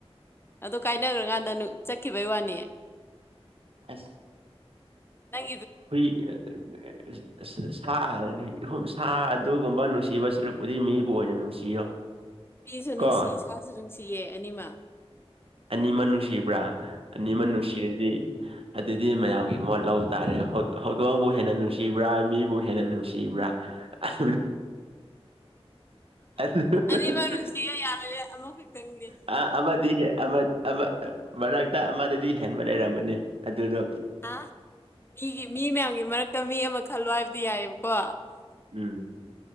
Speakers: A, on the left (about 20°); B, on the right (about 60°).
A: ꯑꯗꯣ ꯀꯥꯏꯅꯈ꯭ꯔꯀꯥꯟꯗ ꯆꯠꯈꯤꯕꯩ ꯋꯥꯅꯤ
B: ꯑꯁ
A: ꯅꯪ
B: ꯍꯨꯏ ꯑꯁ ꯑꯁ ꯁꯥ ꯁꯥ ꯑꯗꯨꯒꯨꯝꯕ ꯅꯨꯡꯁꯤꯕ ꯁꯔꯛꯄꯨꯗꯤ ꯃꯤꯕꯨ ꯑꯣꯏꯅ ꯅꯨꯡꯁꯤꯌꯣ꯫ <unintelligible>
A: ꯃꯤꯁꯨ ꯅꯨꯡꯁꯤ
B: ꯀꯣ
A: ꯏꯁꯥꯁꯨ ꯅꯨꯡꯁꯤꯌꯦ ꯑꯅꯤꯃ
B: ꯑꯅꯤꯃ ꯅꯨꯡꯁꯤꯕ꯭ꯔꯥ ꯑꯅꯤꯃ ꯅꯨꯡꯁꯤꯔꯗꯤ ꯑꯗꯨꯗꯤ ꯃꯌꯥꯝꯒꯤ ꯃꯣꯠ ꯂ ꯇꯥꯔꯦ ꯍꯧꯗꯣꯡꯕꯨ ꯍꯦꯟꯅ ꯅꯨꯡꯁꯤꯕ꯭ꯔꯥ ꯃꯤꯕꯨ ꯍꯦꯟꯅ ꯅꯨꯡꯁꯤꯕ꯭ꯔꯥ ꯑ <unintelligible> <unintelligible>
A: ꯑꯅꯤꯃꯛ ꯅꯨꯡꯁꯤꯌꯦ ꯌꯥꯔꯣꯏꯌꯦ ꯑꯃꯈꯛꯇꯪꯗꯤ
B: ꯑꯥ ꯑꯕꯗꯤꯁꯦ꯫ ꯑꯃꯠ ꯑꯃꯠ ꯃꯔꯛꯇ ꯑꯃꯗꯗꯤ ꯍꯦꯟꯕ ꯂꯩꯔꯝꯒꯅꯤ ꯑꯗꯨꯗꯣ
A: ꯑ ꯃꯤꯒꯤ ꯃꯤ ꯃꯌꯥꯝꯒꯤ ꯃꯔꯛꯇ ꯃꯤ ꯑꯃ ꯈꯜꯂꯣ ꯍꯥꯏꯕꯗꯤ ꯌꯥꯏꯑꯕ ꯀꯣ
B: ꯎꯝ